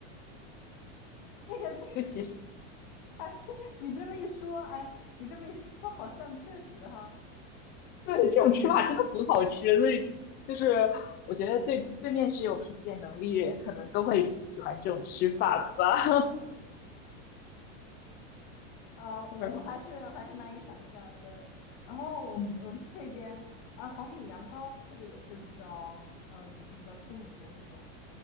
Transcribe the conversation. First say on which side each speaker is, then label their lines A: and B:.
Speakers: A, on the left; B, on the left.
A: 这个这个
B: <laughs> 就其实
A: 哎，这你这么一说，哎，你这么一说，好像确实哈，
B: 对这种吃法真的很好吃，
A: <clears throat>
B: 所以就就是我觉得对对面食有品鉴能力的人，可能都会喜欢这种吃法吧。
A: 啊，
B: <laughs> 嗯
A: 我还是我还是难以想象。对，然后我们我们那边啊，
B: 嗯。
A: 黄米凉糕这个也是比较呃，怎么说比较出名的这种。